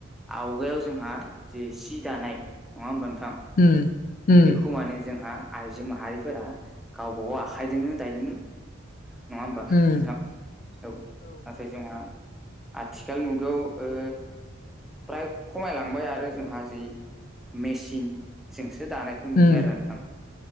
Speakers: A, in the centre; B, on the left (about 40°).
A: आवगायाव जोंहा जे सि दानाय नङा होमबा नोंथां?
B: उम। उम
A: बेखौ माने जोंहा आइजो माहारिफोरा गावबागाव आखाइजोंनो दायोमोन। नङा होमबा
B: उम
A: नोंथां औ नाथाय जोंहा आथिखाल मुगायाव ओ फ्राय खमायलांबाय आरो जोंहा जि मेसिन थिं दानायखौ नुयो
B: उम
A: आरो नोंथां